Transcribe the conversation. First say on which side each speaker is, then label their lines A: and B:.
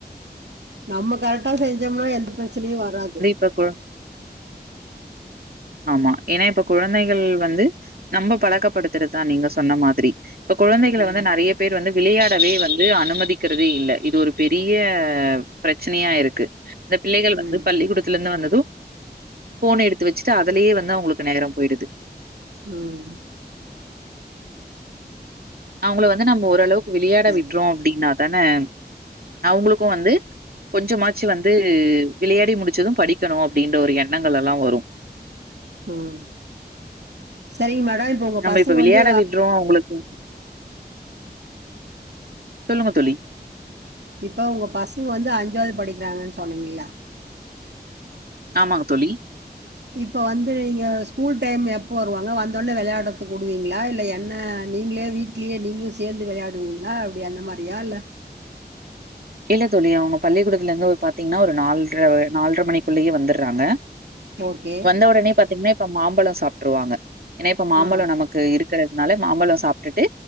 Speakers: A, on the right (about 80°); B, on the right (about 60°).
A: நம்ம கரெக்டா செஞ்சோம்னா எந்த பிரச்சனையு வராது
B: தற்கொல ஆமா ஏனா இப்ப குழந்தைகள் வந்து நம்ம பழக்கப்படுத்துறதுதா நீங்க சொன்ன மாதிரி இப்ப குழந்தைகள
A: ம்
B: வந்து நெறைய பேர் வந்து விளையாடவே வந்து அனுமதிக்கறதே இல்ல இது ஒரு பெரிய பிரச்சனையா இருக்கு இந்த பிள்ளைகள் வந்து
A: ம்
B: பள்ளிக்கூடத்துல இருந்து வந்தது ஃபோன எடுத்து வச்சுட்டு அதுலயே வந்து அவுங்களுக் நேகர போயிருது
A: ம்
B: அவுங்கள வந்து நம்ம ஓரளவுக்கு விளையாட
A: சரி
B: விட்றோ அப்டின்னா தானே அவுங்களுக்கு வந்து கொஞ்சமாச்சு வந்து விளையாடி முடிச்சது படிக்கணு அப்டின்ற ஒரு எண்ணங்கள் எல்லா வரு
A: ம் சரிங்க மேடம் உங்க
B: நம்ம
A: பசங்க
B: இப்ப விளையாட
A: வந்து
B: விடுறோ உங்களுக்கு சொல்லுங்க தோழி
A: இப்ப உங்க பசங்க வந்து அஞ்சாவது படிக்கிறாங்கன்னு சொன்னீங்கல்ல
B: ஆமாங்க தோழி
A: இப்போ வந்து நீங்க ஸ்கூல் டைம் எப்போ வருவாங்க வந்தோனே விளையாடறத்துக்கு உடுவீங்களா இல்ல என்ன நீங்களே வீட வீட்லயே நீங்களு சேர்ந்து விளையாடுவீங்களா அப்டி அந்த மாரியா இல்ல
B: இல்ல தோழி அவங்க பள்ளிக்கூடத்துல இருந்து ஒரு பாத்தீங்கன்னா ஒரு நால்ர நால்ர மணிக்குள்ளயே வந்துட்றாங்க
A: ஓகே
B: வந்த ஒடனே பாத்தீங்கன்னா இப்ப மாம்பழ சாப்ட்ருவாங்க ஏன்னா இப்ப மாம்பழ
A: ஆ
B: நமக் கு இருக்குறதுனால மாம்பழ சாப்ட்டுட்டு